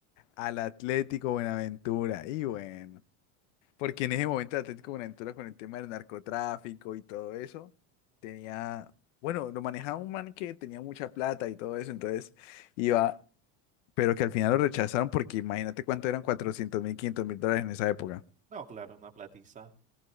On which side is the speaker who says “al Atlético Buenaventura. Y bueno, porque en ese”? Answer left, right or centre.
Left